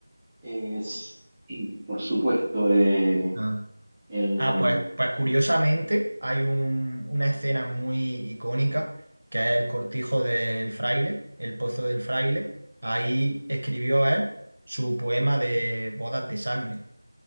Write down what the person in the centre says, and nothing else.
Es, y por supuesto, eh,
el.